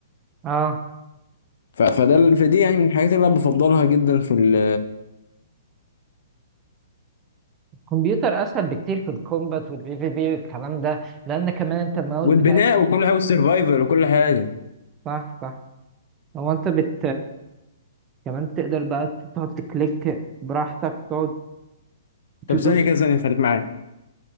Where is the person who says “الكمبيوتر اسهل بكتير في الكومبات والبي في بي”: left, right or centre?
Right